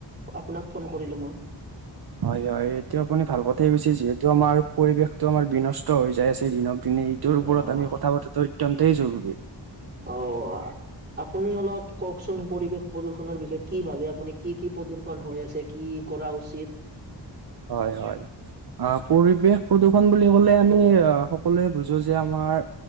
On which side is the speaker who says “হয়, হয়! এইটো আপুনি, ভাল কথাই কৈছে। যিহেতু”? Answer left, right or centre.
Right